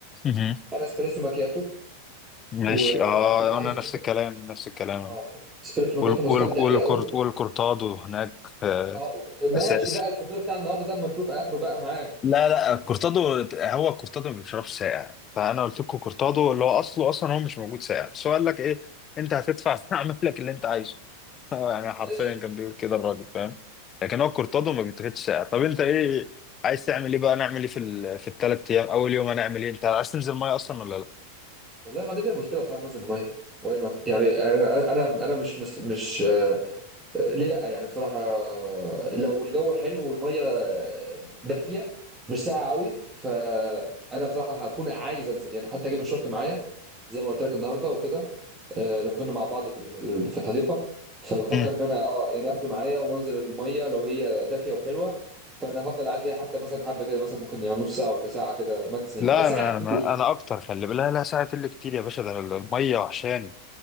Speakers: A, on the left; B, on the right.
A: مهم.
B: انا اسبريسو ماكياتو
A: ماشي
B: وكنت
A: اه
B: بصراحه
A: انا
B: مستمتع
A: نفس الكلام نفس الكلام
B: اه اسبريسو ماكياتو
A: وال-
B: مستمتع
A: وال- والكورت
B: بيه قوي
A: والكورتادو هناك آه،
B: اه ماشي
A: اساسي
B: بقى الكورتين بتاع النهارده ده اما نشوف اخره بقى معاك
A: لا لا كورتادو هو كورتادو ما بيشربش ساقع فانا قلت لكم كورتادو اللي هو اصله اصلا هو مش موجود ساقع بس هو قال لك ايه انت هتدفع <laughs> فاعمل لك اللي انت عايزه هو يعني حرفيا
B: ماشي
A: كان بيقول كده الراجل فاهم لكن هو كورتادو ما بيتاخدش ساقع طب انت ايه عايز تعمل ايه بقى نعمل ايه في ال... في الثلاث ايام اول يوم هنعمل ايه انت عايز تنزل ميه اصلا ولا لا
B: والله ما عنديش اي مشكله بصراحه انزل الميه واي نوت يعني انا انا أنا مش مش مش آه، آه، ليه لا يعني بصراحة آه، لو الجو حلو والمية دافية مش ساقعة قوي فأنا بصراحة هكون عايز أنزل يعني حتى أجيب الشورت معايا زي ما قلت لك النهاردة وكده آه، لما كنا مع بعض في ال- في الحديقة فبفكر
A: مم.
B: إن أنا أه يعني آخده معايا وأنزل المية لو هي دافية وحلوة فأنا هفضل قاعد فيها حتى مثلا حبة كده مثلا ممكن يعني نص ساعة ولا ساعة كده ماكسيمم
A: لا
B: يعني ساعة
A: انا
B: كتير
A: انا انا اكتر خلي بالك لا لا ساعه اللي كتير يا باشا ده أنا الميه وحشاني